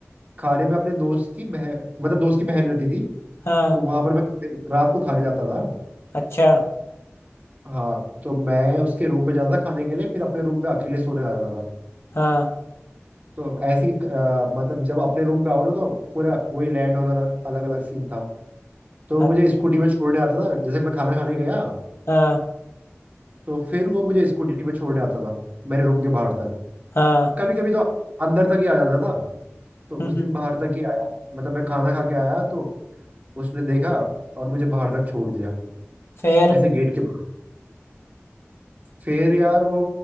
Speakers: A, on the right (about 35°); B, on the left (about 60°).
A: खाने में अपने दोस्त की बहन मतलब दोस्त की बहन रहती थी
B: हाँ
A: तो वहां पर मैं रात को खाने जाता था
B: अच्छा
A: हाँ तो मैं उसके रूम पे जाता था खाने के लिए फिर अपने रूम पे अकेले सोने आ जाता था
B: हाँ
A: तो ऐसी अ, मतलब जब अपने रूम पे आओ ना तो पूरा वही लैंड ऑनर अलग अलग सीन था तो
B: अ-
A: मुझे स्कूटी में छोड़ने आता था जैसे मैं खाना खाने गया
B: हाँ
A: तो फिर वो मुझे स्कूटी में छोड़ने आता था मेरे रूम के बाहर तक
B: हाँ
A: कभी कभी तो अंदर तक ही आ जाता था तो
B: हम्म,
A: उस दिन बाहर तक ही आया मतलब मैं खाना खा के आया तो उसने देखा और मुझे बाहर तक छोड़ दिया
B: फिर
A: ऐसे गेट के फिर यार वो